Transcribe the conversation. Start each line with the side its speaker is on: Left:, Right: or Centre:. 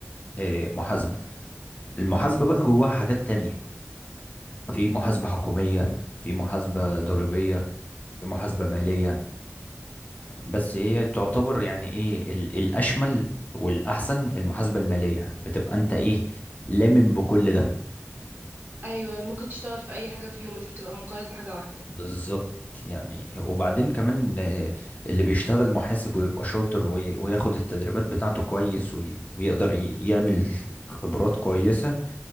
Left: آه، محاسبة المحاسبة بقى جواها حاجات تانية في محاسبة حكومية في محاسبة ضريبية في محاسبة مالية بس هي تعتبر يعني ايه ال- الأشمل والأحسن المحاسبة المالية بتبقى انت ايه لامم بكل ده
Right: ايوه ممكن تشتغل في اي حاجه فيهم مش بتبقى مقيد بحاجه واحده
Left: بالظبط يعني وبعدين كمان آه، اللي بيشتغل محاسب ويبقى شاطر وي- وياخد التدريبات بتاعته كويس وي- ويقدر ي- يعمل خبرات كويسة